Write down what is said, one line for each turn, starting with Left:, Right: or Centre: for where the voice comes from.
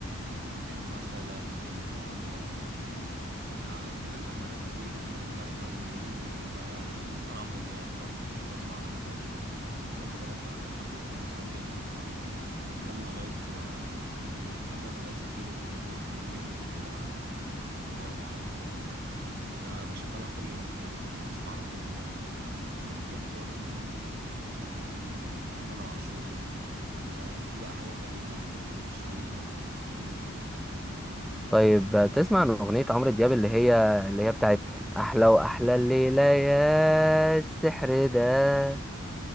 Right: ممكن مثلا اقول لك انا اتكلمت عن الراب كتير واتكلمت عن الار ام بي ممكن بقى مثلا عمرو دياب برضو بحب اسمع رامي صبري لو خدت بالك في اخر حفلة رامي صبري لما غنى لايف و... والحفلة كلها اتسجلت ونزلت زي ميلودي كده على سبوتيفاي وعلى الحاجات دي ده بشغلها كل يوم تقريبا وبسمعها كل يوم ممكن برضو مم، تامر عاشور آه، في بقى حاجات قديمة زي شيرين والناس دي
Centre: طيب آه، تسمع عن اغنيه عمرو دياب اللي هي اللي هي بتاعت احلى واحلى الليله يا السحر ده